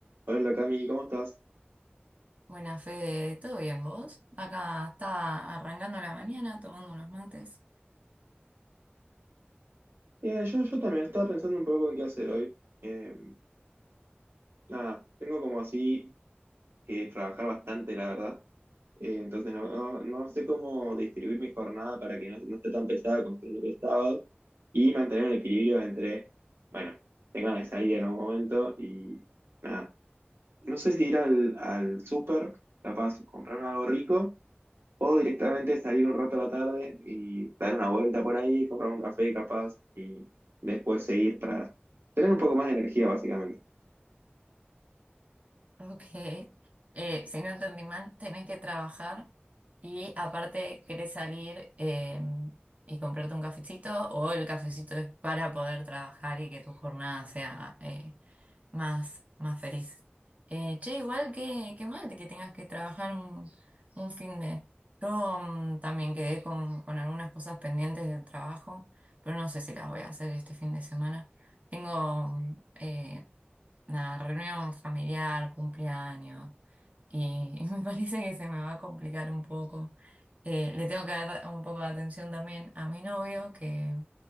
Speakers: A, on the right; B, on the right.
A: Hola Cami, ¿cómo estás?
B: Buena Fede, ¿todo bien vos? Acá estaba arrancando la mañana tomando unos mates.
A: Bien, yo, yo también estaba pensando un poco en qué hacer hoy. Eh, nada, tengo como así que trabajar bastante, la verdad. Eh, entonces no, no- no sé cómo distribuir mi jornada para que no, no esté tan pesada como lo que es sábado y mantener un equilibrio entre, bueno, tengo ganas de salir en algún momento y nada. No sé si ir al, al súper, capaz comprarme algo rico Puedo directamente salir un rato a la tarde y dar una vuelta por ahí, comprar un café capaz y después seguir para tener un poco más de energía básicamente.
B: Ok. <laughs> Eh, si no entendí mal, tenés que trabajar y aparte querés salir eh, y comprarte un cafecito o el cafecito es para poder trabajar y que tu jornada sea eh, más, más feliz. Eh, che, igual que, que mal que tengas que trabajar un, un fin de... Yo mm, también quedé con, con algunas cosas pendientes del trabajo, pero no sé si las voy a hacer este fin de semana. Tengo mm, eh, una reunión familiar, cumpleaños, y, <laughs> y me parece que se me va a complicar un poco. Eh, le tengo que dar un poco de atención también a mi novio, que,